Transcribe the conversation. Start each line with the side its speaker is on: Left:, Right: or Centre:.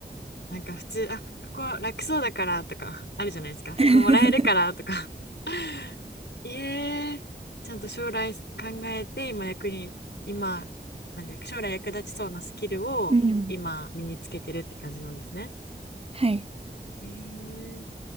Left: なんか普通、あ、ここ楽そうだからとかあるじゃないですか。服もらえるからとか。
Right: <laughs>
Left: <laughs> いえ、ちゃんと将来考えて、今役に、今、なんで、将来役立ちそうなスキルを今身につけてるって感じなんですね。
Right: うん。<laughs> はい。
Left: へえ、